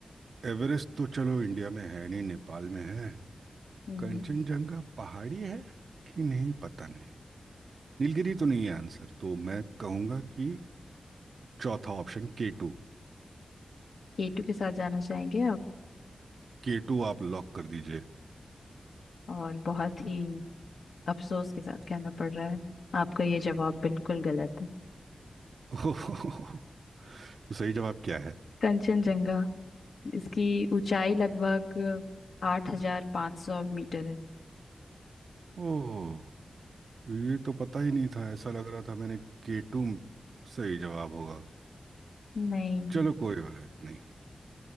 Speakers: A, on the right; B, on the left.
A: एवरेस्ट तो चलो इंडिया में है नहीं नेपाल में है
B: हम्म
A: कंचनजंगा पहाड़ी है कि नहीं पता नहीं नीलगिरी तो नहीं है आंसर तो मैं कहूँगा कि चौथा ऑप्शन के टू
B: केटू के साथ जाना चाहेंगे आप
A: के टू आप लॉक कर दीजिए
B: और बहुत ही अफसोस के साथ कहना पड़ रहा है आपका ये जवाब बिल्कुल गलत है
A: <laughs> ओह तो सही जवाब क्या है
B: कंचनजंगा इसकी ऊंचाई लगभग आठ हजार पाँच सौ मीटर है
A: ओह ये तो पता ही नहीं था ऐसा लग रहा था मैंने के टू सही जवाब होगा
B: नहीं
A: चलो कोई बात नहीं